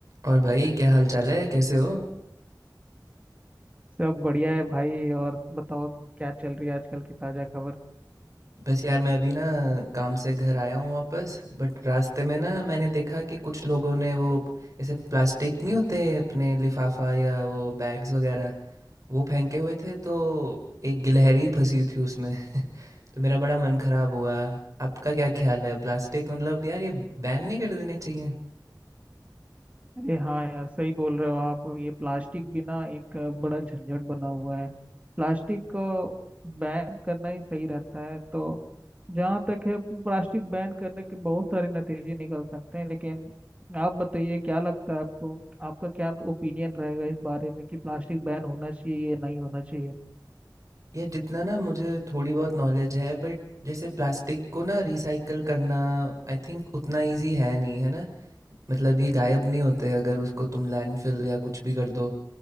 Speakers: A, on the right (about 45°); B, on the right (about 20°).
A: और भाई क्या हाल चाल है कैसे हो
B: सब बढ़िया है भाई और बताओ क्या चल रही है आजकल की ताजा खबर
A: बस यार मैं अभी ना काम से घर आया हूँ वापस बट रास्ते में ना मैंने देखा कि कुछ लोगों ने वो ऐसे प्लास्टिक नहीं होते अपने लिफाफा या वो बैग्स वगैरह वो फेंके हुए थे तो एक गिलहरी फंसी हुई थी उसमें <laughs> तो मेरा बड़ा मन खराब हुआ आपका क्या ख्याल है प्लास्टिक मतलब यार ये बैन नहीं कर देने चाहिए
B: अरे हाँ यार सही बोल रहे हो आप ये प्लास्टिक भी ना एक अ, बड़ा झंझट बना हुआ है प्लास्टिक को बैन करना ही सही रहता है तो जहाँ तक है प्लास्टिक बैन करने के बहुत सारे नतीजे निकल सकते हैं लेकिन आप बताइए क्या लगता है आपको आपका क्या ओपिनियन रहेगा इस बारे में कि प्लास्टिक बैन होना चाहिए या नहीं होना चाहिए
A: ये जितना ना मुझे थोड़ी बहुत नॉलेज है बट जैसे प्लास्टिक को ना रिसाइकल करना आई थिंक उतना इजी है नहीं है ना मतलब ये गायब नहीं होते अगर उसको तुम लैंडफिल या कुछ भी कर दो